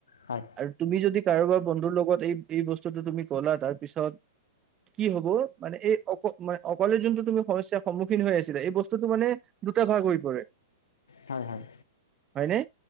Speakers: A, on the left; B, on the right.
A: হয়
B: আৰু তুমি যদি। যদি কাৰোবাৰ বন্ধুৰ লগত এই এই বস্তুটো তুমি কলা তাৰ পিছত কি হব মানে এই অ মান অকলে যোনটো তুমি সমস্যাৰ সন্মুখীন হৈ আছিলা এই বস্তুটো মানে দুটা ভাগ হৈ পৰে।
A: হয় হয়
B: হয়নে